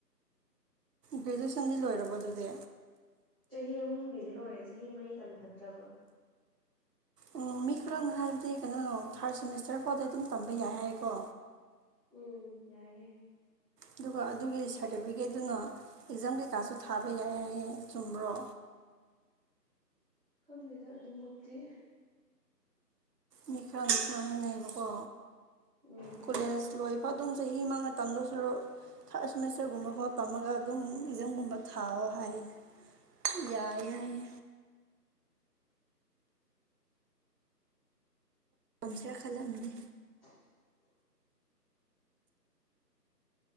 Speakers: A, on the right (about 70°); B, on the right (about 25°).
A: ꯒ꯭ꯔꯦꯖꯨꯑꯦꯁꯟꯗꯤ ꯂꯣꯏꯔꯕꯣ ꯑꯗꯨꯗꯤ
B: ꯆꯍꯤ ꯑꯍꯨꯝꯒꯤꯗꯤ ꯂꯣꯏꯔꯦ ꯆꯍꯤ ꯃꯔꯤ ꯇꯝꯊꯗ꯭ꯔꯕ
A: ꯎꯝ ꯃꯤ ꯈꯔ ꯍꯥꯏꯕꯗꯤ ꯀꯩꯅꯣ ꯊꯥꯔꯠ ꯁꯦꯃꯤꯁꯇꯔ ꯐꯥꯎꯗ ꯑꯗꯨꯝ ꯇꯝꯕ ꯌꯥꯏ ꯍꯥꯏꯀꯣ
B: ꯎꯝ ꯌꯥꯏꯍꯦ
A: ꯑꯗꯨꯒ ꯑꯗꯨꯒꯤ ꯁꯥꯔꯇꯤꯐꯤꯀꯦꯠꯗꯨꯨꯅ ꯑꯦꯛꯖꯥꯝ ꯀꯩꯀꯥꯁꯨ ꯊꯥꯕ ꯌꯥꯏꯌꯦ ꯍꯥꯢꯌꯦ ꯆꯨꯝꯕ꯭ꯔꯣ
B: ꯈꯪꯗꯦꯗ ꯑꯗꯨꯃꯛꯇꯤ
A: ꯃꯤꯈꯔ ꯃꯤꯁꯥ ꯍꯥꯏꯕꯀꯣ
B: ꯎꯝ
A: ꯀꯣꯂꯦꯖ ꯂꯣꯏꯕ ꯑꯗꯨꯝ ꯆꯍꯤ ꯃꯥ ꯇꯝꯗ ꯁꯔꯨ ꯊꯥꯔꯠ ꯁꯦꯃꯤꯁꯇꯔꯒꯨꯝꯕꯐꯥꯎ ꯇꯝꯃꯒ ꯑꯗꯨꯝ ꯑꯦꯛꯖꯝꯒꯨꯝꯕ ꯊꯥꯑꯣ ꯍꯥꯏꯌꯦ ꯌꯥꯏ
B: ꯎꯝ
A: ꯌꯥꯏꯌꯦ꯫ ꯄꯝꯁꯔ ꯈꯜꯂꯝꯅꯤ꯫
B: <inaudible>